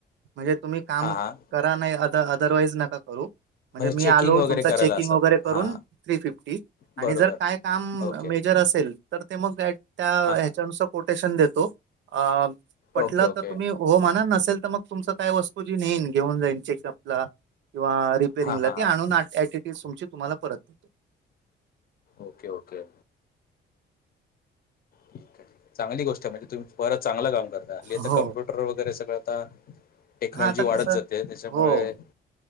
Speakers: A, on the right; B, on the left.
A: म्हणजे तुम्ही काम
B: हा हा
A: करा नाही अ अदरवाईज नका करू म्हणजे
B: चेकिंग
A: मी आलो
B: वगैरे
A: तुमचा
B: करायला
A: चेकिंग
B: असं
A: वगैरे करून
B: हा.
A: थ्री फिफ्टी
B: बरोबर.
A: आणि जर काय काम
B: ओके.
A: मेजर असेल तर ते मग त्या
B: हां,
A: ह्याच्यानुसार
B: हां.
A: कोटेशन देतो. अ पटलं
B: ओके, ओके.
A: तर तुम्ही हो म्हणा नसेल त मग तुमच काय वस्तू जी नेइन घेऊन जाईनं ची आपला किंवा रिपेरिंगला
B: हां, हां, हां.
A: ती आणून एटीटीस तुमची तुम्हाला परत देतो.
B: Okay, okay. ठीक ये ठीक ये चांगली गोष्ट यं म्हणजे तुम्ही परत चांगलं काम आता हल्लीच
A: हो.
B: कम्प्युटर वगैरे सगळं आता टेक्नॉलॉजी
A: हा आता
B: वाढत
A: कसं
B: जाते त्याच्यामुळे
A: हो